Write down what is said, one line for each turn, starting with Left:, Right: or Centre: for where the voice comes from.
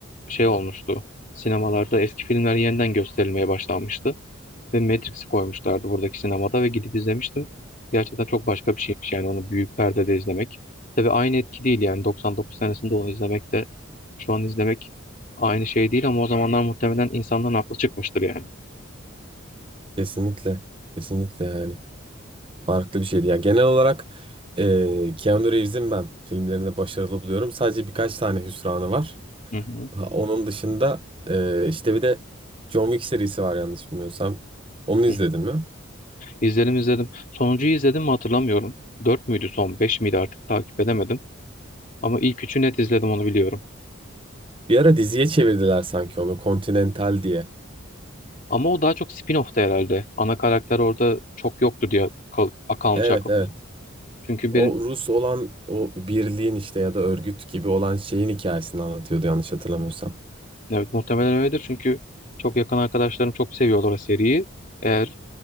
Left: şey olmuştu. Sinemalarda eski filmler yeniden gösterilmeye başlanmıştı. Ve Matrix'i koymuşlardı buradaki sinemada ve gidip izlemiştim. Gerçekten çok başka bir şeymiş yani onu büyük perdede izlemek. Tabii aynı etki değil yani 99 senesinde onu izlemek de şu an izlemek aynı şey değil ama o zamanlar muhtemelen insanların aklı çıkmıştır yani.
Right: Kesinlikle. Kesinlikle yani. Farklı bir şeydi. Yani genel olarak e, Keanu Reeves'in ben filmlerinde başarılı buluyorum. Sadece birkaç tane hüsranı var.
Left: Hı hı.
Right: Ha, onun dışında e, işte bir de John Wick serisi var yanlış bilmiyorsam. Onu izledin
Left: hı.
Right: mi?
Left: İzledim izledim. Sonuncuyu izledim mi hatırlamıyorum. dört müydü son 5 miydi artık takip edemedim. Ama ilk üçü net izledim onu biliyorum.
Right: Bir ara diziye çevirdiler sanki onu. Continental diye.
Left: Ama o daha çok spin-off'ta herhalde. Ana karakter orada çok yoktu diye kal kalmış
Right: Evet
Left: aklımda.
Right: evet.
Left: Çünkü
Right: O
Left: benim
Right: Rus olan o birliğin işte ya da örgüt gibi olan şeyin hikayesini anlatıyordu yanlış hatırlamıyorsam.
Left: Evet muhtemelen öyledir çünkü çok yakın arkadaşlarım çok seviyorlar o seriyi. Eğer